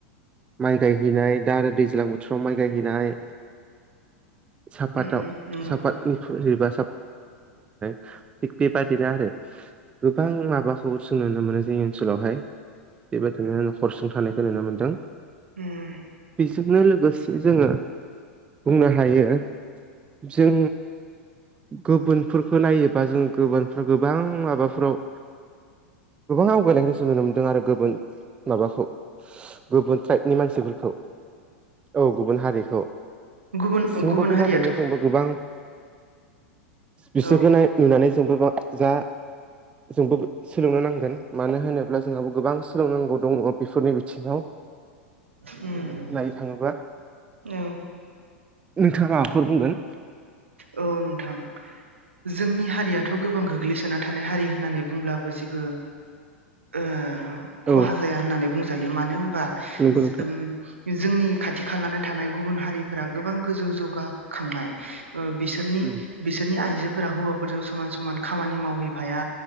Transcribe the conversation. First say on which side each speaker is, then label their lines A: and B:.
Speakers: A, on the right; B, on the right.
A: माइ गायहैनाय दा आरो दैज्लां बोथोर फ्राव माइ गायहैनाय सापादाव
B: उम उम नंगौ
A: सापादनिफ्राय एबा <unintelligible> थिग बे बादिनो आरो। गोबां माबाखौ सों नुनो मोनो जोङो। ओनसोलावहाय। बेबायदिनो नखरसुंथानायखो नुनो मोन्दों।
B: <inaudible>
A: बिजोंनो लोगोसे जोङो बुंनो हायो जों गुबुनफोरखो नायोबा जों गुबुनफोर गोबां माबाफोराव गोबां आवगायलांनाय जों नुनो मोनदों आरो गुबुन माबाखौ गुबुन ट्राइबनि मानसिफोरखौ। औ गुबुन हारिखौ
B: गुबुन
A: जोंबो
B: गुबुन
A: बेबादिनो
B: हारियाथ'
A: जोंबो गोबां बिसोरखौ
B: औ
A: नाय नुनानै जोंबो बा जा जोंबो सोलोंनो नांगोन। मानो होनोब्ला जोंहाबो गोबां सोलोंनांगौ दङ बेफोरनि बिथिङाव।
B: उम
A: नायनो थाङोबा
B: औ।
A: नोंथाङा माबाफोर बुंगोन?
B: औ नोंथां जोंनि हारियाथ' गोबां गोग्लैसोना थानाय हारि होननानै बुंब्लाबो जेबो ओ खहा
A: औ
B: जाया होननानै बुंजायो। मानो होनबा
A: नंगौ
B: जो
A: नोंथां
B: ओम जोंनि खाथि खालानो थानाय गुबुन हारिफोरा गोबां गोजौ जौगाखांनाय। ओ बिसोरनि
A: उम
B: बिसोरनि आइजो फोरा हौवाफोरजों समान समान खामानि मावहैफाया